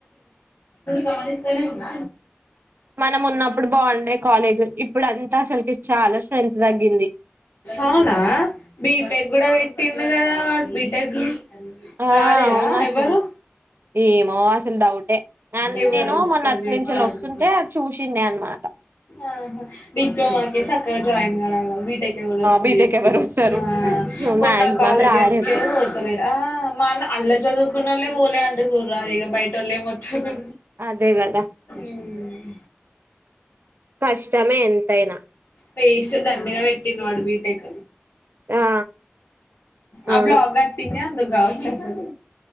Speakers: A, on the left (about 65°); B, on the right (about 55°).
A: గమనిస్తానే ఉన్న.
B: మనం ఉన్నప్పుడు బావుండే కాలేజీ ఇప్పుడు అంతా అసలకి చాలా స్ట్రెంత్ తగ్గింది.
A: అవునా బీటెక్ కూడా పెట్టిండు కదా వాడు బీటెక్.
B: ఆ
A: రాలేదా
B: అవును అసలు
A: ఎవ్వరు.
B: ఏమో అసలు డౌటే
A: ఎవరు
B: నేను
A: వస్తారు
B: మొన్నటి
A: చెప్పు
B: నుంచి
A: నాకు
B: వస్తుంటే చూసిండే అనమాట
A: ఆహ్. మాకే సక్కగా జాయిన్ గారు. బీటెక్ కి ఎవరు వస్తారు
B: బీటెక్
A: చెప్పు
B: ఎవరు
A: ఇంగ
B: వస్తారు
A: ఆహ్
B: మాక్సిమం
A: ఉన్న కాలేజ్స్
B: రారెవ్వరు
A: కే వస్తలేరు ఆహ్. మల్ల అందులో చదువుకున్నోలే. పోలే అంట చూడు ఇగ బయటోలు ఎంవాస్తుంరు
B: అదే కదా
A: ఉమ్.
B: కష్టమే ఎంతైనా.
A: వేస్ట్ దండగా పెట్టిండు వాడు బీటెక్.
B: ఆ అవును
A: ఆ బ్లాక్ కట్టిందే అందుకు కావచ్చు అసలు.